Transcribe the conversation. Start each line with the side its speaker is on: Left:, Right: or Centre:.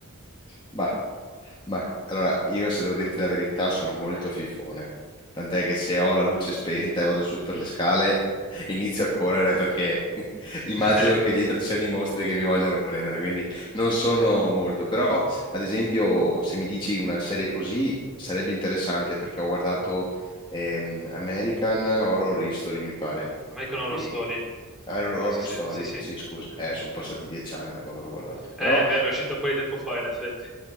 Left: Bah, Beh, allora io se devo dirti la verità sono molto fifone, tant'è che se ho la luce spenta e vado su per le scale <laughs> inizio a correre perché <laughs> immagino
Centre: <laughs>
Left: che dietro ci siano i mostri che mi vogliono prendere, quindi non sono molto, però ad esempio se mi dici una serie così sarebbe interessante perché ho guardato ehm, American Horror History mi pare,
Centre: American Horror
Left: e...
Centre: Story.
Left: Horror
Centre: Penso
Left: Horror
Centre: sì,
Left: Story,
Centre: sì, sì.
Left: sì scusa, eh, sono passati dieci anni da quando l'ho guardato, però...
Centre: Eh, È vero, è uscito un po' di tempo fa, in effetti.